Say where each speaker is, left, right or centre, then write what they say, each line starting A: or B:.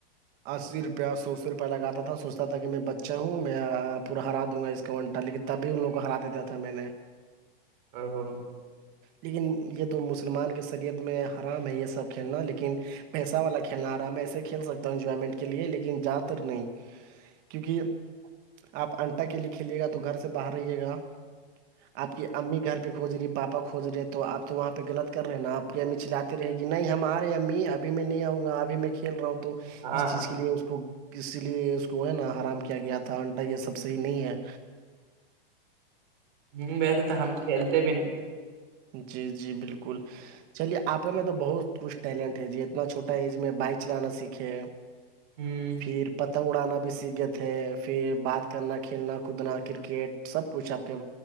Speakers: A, on the right; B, on the right.
A: اسی روپیہ سو سو روپیہ لگاتا تھا سوچتا تھا کہ میں بچہ ہوں میں پورا ہرا دوں گا اس کا وانٹا لیکن تبھی ان لوگ کو ہرا دیتا تھا میں نے
B: <inaudible>
A: لیکن یہ تو مسلمان کے شریعت میں حرام ہے یہ سب کھیلنا لیکن پیسہ والا کھیلنا رہا ہے میں ایسے کھیل سکتا ہوں انجوائمنٹ کے لیے لیکن زیادہ تر نہیں کیونکہ آپ انٹا کے لیے کھیلیے گا تو گھر سے باہر رہے گا آپ کی امی گھر کے کھو رہی پاپا کھوج رہے تو آپ تو وہاں پہ لط کر رہے نا آپ کی امی چلے رہے گی نہیں ہمار رہے امی ابھی ب میں نہیں آؤں گا اب میں کھیل رہا ہوں تو
B: ہاں
A: اس چیز
B: ہاں
A: کے لیے اس تو اسی لیے اس کو ہے نا آرام کیا گیا تھا انٹا یہ سب صحیح نہیں ہے
B: ہوں ویسے تو ہم کھیلتے بھی نہیں
A: جی جی بالکل چلیے آپ میں تو بہت کچھ ٹیلنٹ ہے ج اتنا چھوٹا ایج میں بائک چلانا سیکھے
B: ہوں
A: پھر پتنگ اڑانا بھی سیکھ گئے تھے پھر بات کرنا کھیلنا کودنا کرکٹ سب کچھ آپ کے